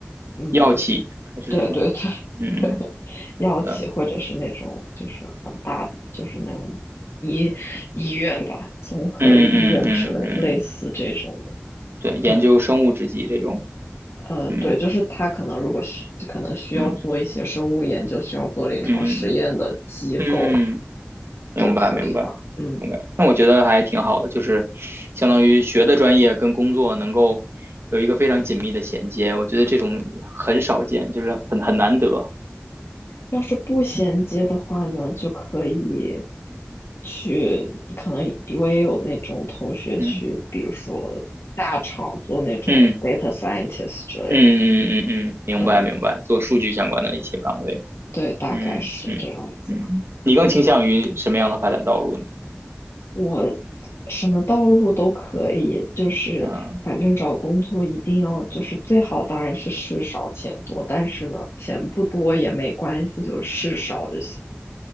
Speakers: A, on the left; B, on the right.
A: 嗯，
B: 药企还是什么？
A: 对对对对，
B: 嗯。
A: <laughs> 药企或者是那种就是很大的，
B: 对。
A: 就是那种医医院吧，综合医院之类类似这种的。
B: 嗯嗯嗯嗯，对，研究生物制剂这种，
A: 嗯呃，
B: 嗯
A: 对，就是他可能如果需就可能需要做一些生物研究，
B: 嗯
A: 需要做临床实验的机构
B: 嗯嗯，明白明白明白。
A: 都可以吧。嗯。
B: 那我觉得还挺好的，就是相当于学的专业跟工作能够有一个非常紧密的衔接，我觉得这种很少见，就是很很难得。
A: 要是不衔接的话呢，
B: 嗯
A: 就可以去，可能我也有那种同学去，
B: 嗯
A: 比如说大厂做那种
B: 嗯
A: data scientist 之类的。
B: 嗯嗯嗯嗯，明白明白，
A: 嗯，
B: 做数据相关的一些岗位。
A: 对，大概是这样子。
B: 嗯嗯嗯，你更倾向于什么样的发展道路呢？
A: 我什么道路都可以，就是反正找工作一定要就是最好当然是事少钱多，
B: 啊
A: 但是呢，钱不多也没关系，就是事少就行。